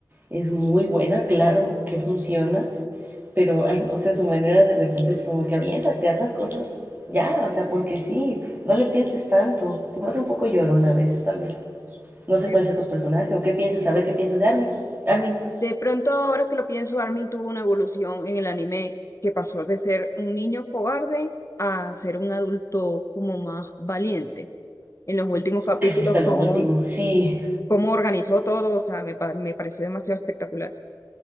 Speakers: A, on the right; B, on the left.
A: es muy buena, claro que funciona, pero, ay, no sé, su manera de repente es como que aviéntate, haz las cosas ya, o sea, porque sí, no le pienses tanto, se me hace un poco llorona a veces también. No sé
B: De
A: cuál sea tu personaje o qué piensas, a ver qué piensas de Armin. Armin,
B: de pronto, ahora que lo pienso, Armin tuvo una evolución en el anime que pasó de ser un niño cobarde a ser un adulto como más valiente. En los últimos capítulos,
A: casi hasta lo
B: cómo,
A: último, sí.
B: cómo organizó todo, o sea, me, pa- me pareció demasiado espectacular.